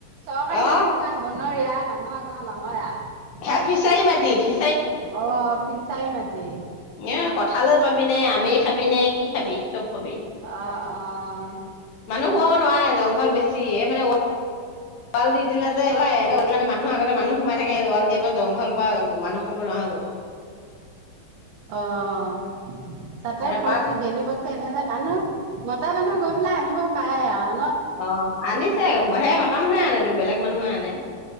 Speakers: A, on the right; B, on the left.
A: চৰকাৰী
B: অ
A: মাটি থোৱা বনৰীয়া মানুহ ঘৰ নহয় আৱ
B: আ ফিচাৰী মাতি ফি
A: অ ফিছ ফিচাই মাতি
B: এ কঁঠালে পাবিনে আমে খাবি নে কি খাবি চব পাবি
A: অ' অ'
B: মানুহ খোৱাব নোৱাৰে জংঘল বেছি এ মানে টিপাল দি দিলে যে মানুহ আগতে মানুহ সোমাই থাকে ৱাল দিব জংঘল পা মানুহ সোমাব নোৱাৰা হৈ গ'ল
A: অহ তাতে
B: এতিয়া
A: পছি
B: পাৰ্ক
A: গেলি পছি এনে জে নানো মতা মানুহ গৈ পেলাই আনিব পাৰে আৱ
B: অ আনিছে সে মতা মানুহে আনেতো বেলেগ মানুহে আনে